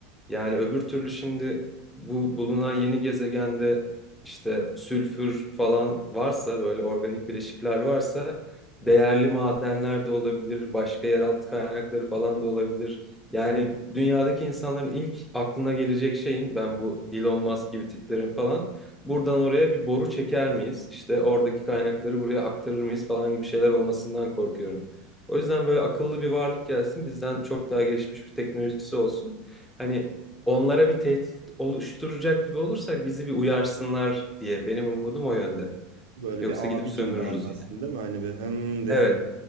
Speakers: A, in the centre; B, on the right.
A: yani öbür türlü şimdi bu bulunan yeni gezegende işte sülfür falan varsa böyle organik bileşikler varsa değerli madenler de olabilir, başka yeraltı kaynakları falan da olabilir. Yani dünyadaki insanların ilk aklına gelecek şeyin ben bu Elon Musk gibi tiplerin falan buradan oraya bir boru çeker miyiz? İşte oradaki kaynakları buraya aktarır mıyız falan gibi şeyler olmasından korkuyorum. O yüzden böyle akıllı bir varlık gelsin bizden çok daha gelişmiş bir teknolojisi olsun. Hani onlara bir tehdit oluşturacak gibi olursak bizi bir uyarsınlar diye benim umudum o yönde.
B: Böyle
A: Yoksa
B: bir
A: gidip
B: abi
A: sömürürüz.
B: gibi davransın
A: yani.
B: değil mi? Hani bir hem desin.
A: Evet,